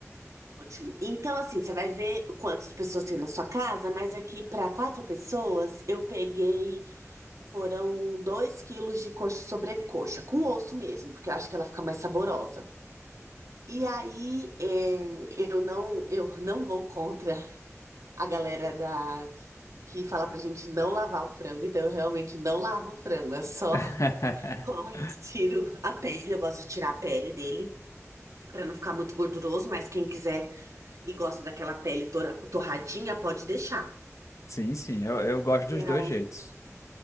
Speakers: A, on the right; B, on the left.
A: Ótimo. Então, assim, você vai ver quantas pessoas tem na sua casa, mas aqui para quatro pessoas eu peguei, foram dois quilos de coxa sobrecoxa, com osso mesmo, porque eu acho que ela fica mais saborosa. E aí, é, eu não, eu não vou contra a galera da que fala pra gente não lavar o frango, então eu realmente não lavo o frango, é só
B: <laughs>
A: <laughs> corto, tiro a pele, eu gosto de tirar a pele dele pra não ficar muito gorduroso, mas quem quiser e gosta daquela pele tora- torradinha, pode deixar.
B: Sim, sim, eu, eu gosto dos
A: E
B: dois
A: aí,
B: jeitos.